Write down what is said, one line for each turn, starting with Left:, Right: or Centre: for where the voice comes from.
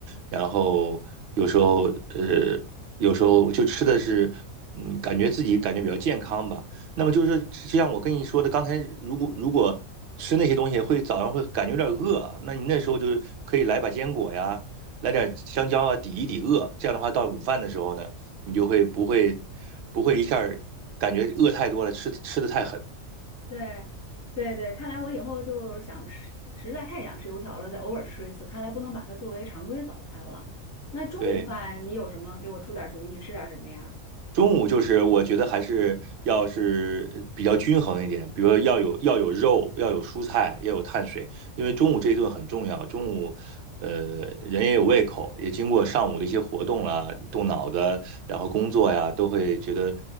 Right: 然后有时候呃有时候就吃的是，嗯，感觉自己感觉比较健康吧。那么就是就像我跟你说的，刚才如果如果吃那些东西会早上会感觉有点饿啊，那你那时候就是可以来把坚果呀，来点香蕉啊，抵一抵饿。这样的话，到午饭的时候呢，你就会不会不会一下儿感觉饿太多了，吃吃的太狠。
Left: 对，对对，看来我以后就是想吃，实在太想吃油条了，再偶尔吃一次。看来不能把它作为常规早餐了。那中午饭你有什么？
Right: 对，
Left: 给我出点主意，吃点什么呀？
Right: 中午就是我觉得还是要是呃比较均衡一点，比如说要有要有肉，要有蔬菜，要有碳水，因为中午这一顿很重要。中午，呃，人也有胃口，也经过上午的一些活动啦、动脑子，然后工作呀，都会觉得